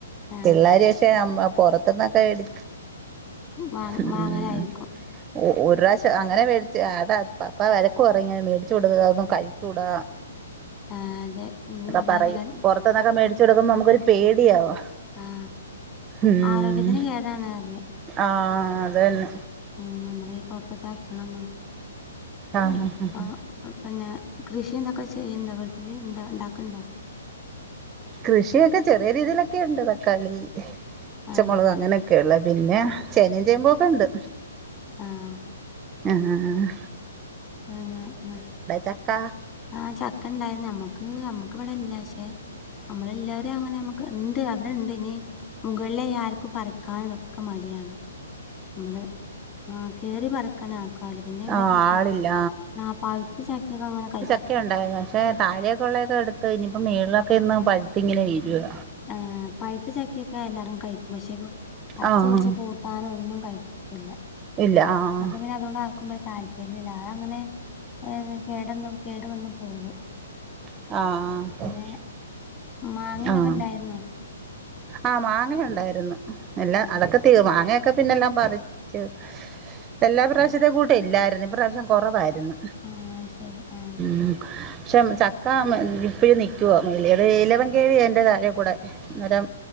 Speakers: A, on the left (about 30°); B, on the right (about 20°).
A: ആ
B: പിള്ളേര് പക്ഷെ ഞമ്മ പുറ ത്തുന്നൊക്കെ വേടി
A: വാ
B: ഉം
A: വാങ്ങലായിരിക്കും
B: ഓ ഒരു പ്രാവശ്യം അങ്ങനെ വേടിച്ച് അ പപ്പ പപ്പ വഴക്ക് പറയും ഇങ്ങനെ മേടിച്ചു കൊടുക്കുന്ന അതൊന്നും കഴിച്ചുടാ
A: ആഹ് അതെ ഉം ഭയങ്കര
B: പറയും പൊറത്തൂന്നൊക്കെ മേടിച്ചു കൊടുക്കുമ്പൊ നമുക്കൊരു പേടിയാവാ
A: ആഹ്
B: ഉം
A: ആരോഗ്യത്തിന് കേടാണ് അത്
B: ആഹ് അതെന്ന
A: ആഹ് നമ്മള് ഈ പൊറത്തെത്തഭ ക്ഷണോന്നും
B: ആഹ്
A: ഇപ്പ
B: ആഹ്
A: പിന്നെ കൃഷിന്തൊക്കെ ചെയ്യണ്ടോ വീട്ടില് ഇണ്ട ഇണ്ടാക്ക്ണ്ട?
B: കൃഷിയൊക്കെ ചെറിയ രീതിയിലൊക്കെണ്ട് തക്കാളി പച്ചമുളക്
A: ആഹ്
B: അങ്ങനെക്കെയുള്ളത് പിന്നെ ചേനേം ചേമ്പു ഒക്കെ ഉണ്ട്
A: ആഹ്
B: ആഹ് ആഹ് ആഹ്
A: പിന്ന
B: ചക്ക
A: ആഹ് ചക്കണ്ടായിന്നു നമ്മക്ക് നമ്മ മക്ക്ബടെല്ല പക്ഷെ നമ്മളെ എല്ലാരേം അങ്ങനെ നമുക്ക് ഉണ്ട് അവിടെ ഉണ്ട് ഇനി മുകളിലെ യാർക്കും പറക്കാൻ ഒക്ക മടിയാണ് നമ്മള് ആഹ് കേറി പറ ക്കാന ആക്കല്ല പിന്നെ ഇവിടെക്കെ
B: ആഹ്
A: ച
B: ആളില്ല
A: ആഹ് പഴുത്ത ചക്കയൊന്നും അങ്ങനെ കഴിക്കാ
B: ക്കെ ഉണ്ടായിരുന്നു പക്ഷെ താഴേക്കൊള്ളേക്കെ എടുത്ത് ഇനിയിപ്പം മേളിലൊക്കെ ഇന്ന് പഴുത്ത് ഇങ്ങനെ വീഴുക
A: ആഹ് പഴുത്ത ചക്കയൊക്കെ എല്ലാരും കഴിക്കും പക്ഷെപ്പ പച്ച
B: ആഹ്
A: വച്ച് കൂട്ടാന് ഒന്നും കഴിക്കി ല്ല
B: ഇല്ല ആഹ്
A: അപ്പൊ പിന്നെ അതുകൊണ്ട് ആർക്കുപ്പ താല്പര്യല്ല അതങ്ങനെ അത് കേടന്ന് കേടു വന്നു പോകും
B: ആഹ് ആഹ്
A: പിന്നെ മാങ്ങതൊക്കെ
B: ആഹ്
A: ഉണ്ടായിരുന്നോ
B: ആഹ് മാങ്ങേ ഒണ്ടായിരുന്നു എല്ലാം
A: ആഹ്
B: അതൊക്ക തീർന്ന് മാങ്ങയൊക്കെ പിന്നെല്ലാം പറിച്ച് എല്ലാ പ്രാവശ്യത്തെ കൂട്ടം ഇല്ലായിരുന്നു ഇപ്രാവശ്യം കൊറവായിരുന്നു
A: ആഹ് ശരി ആഹ്
B: മ്... പക്ഷെ ചക്ക ഇപ്പഴും നിക്കുവ മെലേ അത് ഇലവൻ കേവിയ അയിന്റെ തലേ കൂടെ അന്നേരം